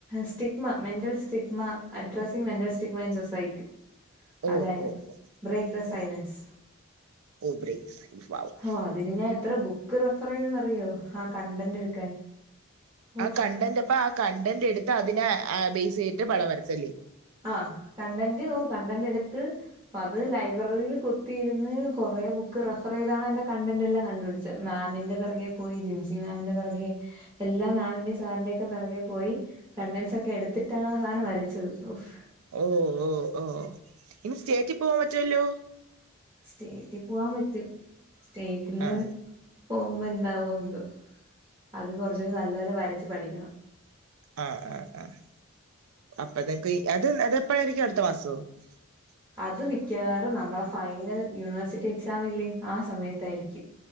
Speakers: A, on the right (about 20°); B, on the right (about 80°).
A: stigma mental stigma addressing mental stigma in society
B: ഓ
A: അതായിര്ന്ന്
B: ഓ
A: ബ്രേക്ക് ദ
B: ഓ
A: സൈലൻസ്
B: ഓ ബ്രേക്ക് <unintelligible>
A: ഓ അതിന് ഞാൻ എത്ര ബുക്ക് റഫറെയ്തെന്ന് അറിയോ ആ കണ്ടന്റ് എടുക്കാൻ
B: ആ
A: ഓഫ്
B: കണ്ടന്റ് അപ്പാ കണ്ടന്റ് എടുത്ത് അതിനാ ബേസ് ചെയ്ട്ട് പടംവരച്ചല്ലേ.
A: ആഹ് കണ്ടന്റ് ഓ കണ്ടന്റെടുത്ത് അപ്പത് ലൈബ്രറിയിൽ കുത്തിയിരിന്ന് കൊറേ ബുക്ക് റഫറെയ്താണ് അതിന്റെ കണ്ടന്റെല്ലാം കണ്ടുപിടിച്- മാമിന്റെ പിറകെ പോയി ജിൻസി മേമിന്റെ പിറകെ- എല്ലാം മേമിന്റെയും സാറിന്റേക്കെ പിറകെ പോയി കണ്ടൻസൊക്കെ എടുത്തിട്ടാണ് ആ സാനം വരച്ചത്. <unintelligible>
B: ഓ ഓ ഓ ഇനി സ്റ്റേറ്റിൽ പോവാൻ പറ്റൊല്ലോ
A: സ്റ്റേറ്റിൽ പോവാൻ പറ്റും സ്റ്റേറ്റില്
B: ആ
A: പോകുമ്പോ എന്താവോ എന്തു അത് കൊറച്ച് നല്ലോലെ വരച്ച് പഠിക്കണം
B: ആഹ് ആഹ് ആഹ് അപ്പൊത്തേക്ക് അത് അത് എപ്പഴായിരിക്കും അടുത്ത മാസോ <inaudible>
A: അത് മിക്കവാറും നമ്മളെ ഫൈനൽ യൂണിവേഴ്സിറ്റി എക്സാമ് ഇല്ലേ ആ സമയത്തായിരിക്കും